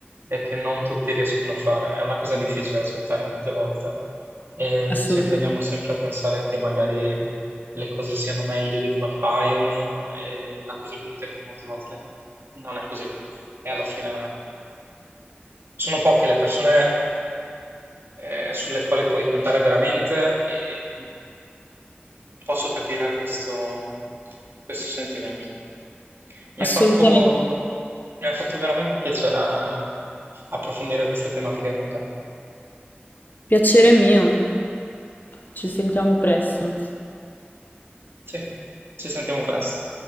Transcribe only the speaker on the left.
Assolu-
assolutamente.
Piacere mio. Ci sentiamo presto.